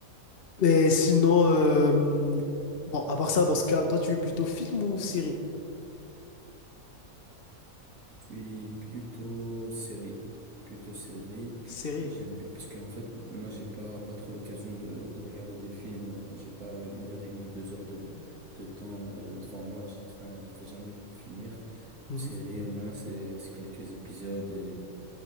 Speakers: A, on the left (about 45°); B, on the right (about 75°).
A: Mais sinon, euh, bon, à part ça, dans ce cas, toi, tu es plutôt film ou série?
B: Je suis plutôt série. Plutôt série.
A: Série.
B: J'aime bien, parce qu'en fait, moi, j'ai pas, pas trop l'occasion de, de regarder des films. Euh, J'ai pas une heure et demie, deux heures de, de temps euh, devant moi. Enfin, je vais jamais le finir.
A: Mmh.
B: Série, au moins, c'est c'est quelques épisodes et,